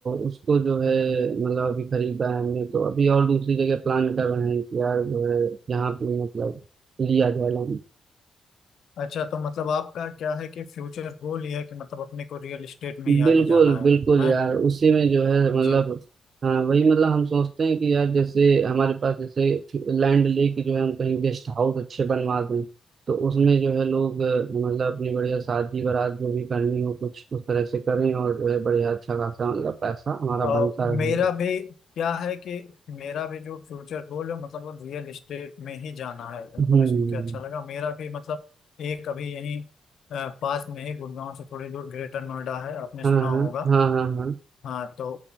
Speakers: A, on the right; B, on the left.
A: उसको जो है
B: हम्म।
A: मतलब अभी खरीदा है हमने तो अभी और दूसरी जगह प्लान कर रहे हैं कि यार जो है यहाँ पे मतलब लिया जाए लैंड
B: अच्छा तो मतलब आपका क्या है कि फ्यूचर गोल ये है कि मतलब अपने को रियल एस्टेट में ही
A: बिल्कुल
B: आगे जाना है
A: बिल्कुल
B: हाँ
A: यार उसी में जो है मतलब
B: जी
A: हाँ वही मतलब हम सोचते हैं कि यार जैसे हमारे पास जैसे लैंड लेके जो है हम कहीं गेस्ट हाउस अच्छे बनवा दें तो उसमें जो है लोग अ, मतलब अपनी बढ़िया शादी बारात जो भी करनी हो कुछ उस तरह से करें और जो है बढ़िया अच्छा खासा मतलब पैसा हमारा
B: अ,
A: बनता रहे
B: मेरा भी क्या है कि मेरा भी जो फ्यूचर गोल है मतलब वो रियल एस्टेट में ही जाना है तो
A: हम्म
B: मतलब इसमें मुझे अच्छा लगा मेरा भी मतलब एक अभी यहीं अ, पास में ही गुड़गांव से थोड़ी दूर ग्रेटर नोएडा है आपने सुना
A: हाँ
B: होगा
A: हाँ हाँ हाँ हाँ
B: हाँ तो